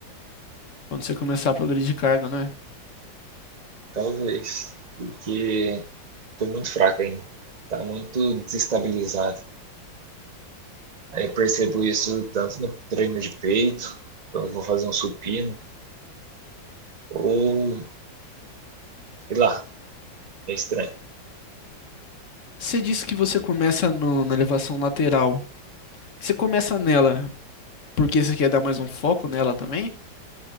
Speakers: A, on the left (about 50°); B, on the right (about 35°).
A: quando você começar a progredir de carga, né?
B: talvez. Porque tô muito fraco ainda. Tá muito desestabilizado. Aí eu percebo isso tanto no treino de peito, quando eu vou fazer um supino, ou sei lá, é estranho.
A: Você disse que você começa no- na elevação lateral. Você começa nela porque você quer dar mais um foco nela também?